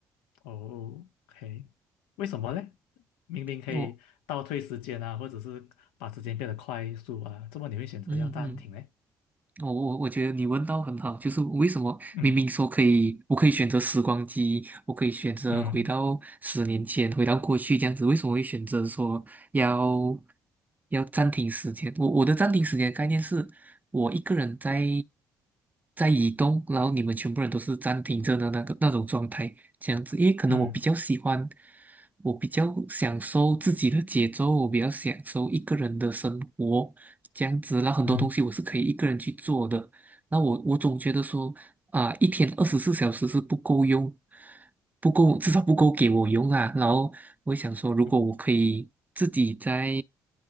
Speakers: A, on the left; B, on the right.
A: 哦，OK，为什么呢？明明可以倒退时间啊，
B: 因为我
A: 或者是把时间变得快速啊，怎么你会选择要暂停呢？
B: 嗯嗯。我我我觉得你问到很好，就是为什么明明说可以，
A: 嗯
B: 我可以选择时光机，我可以选择回到十年前，
A: 嗯
B: 回到过去这样子，为什么会选择说要要暂停时间？我我的暂停时间概念是，我一个人在在移动，然后你们全部人都是暂停着的那个那种状态，这样子，因为可能我比较喜欢，
A: 嗯
B: 我比较享受自己的节奏，我比较享受一个人的生活。这样子，那很多东西我是可以一个人去做的。
A: 嗯
B: 那我我总觉得说啊、一天二十四小时是不够用，不够，至少不够给我用啊。然后我想说，如果我可以自己在
A: 嗯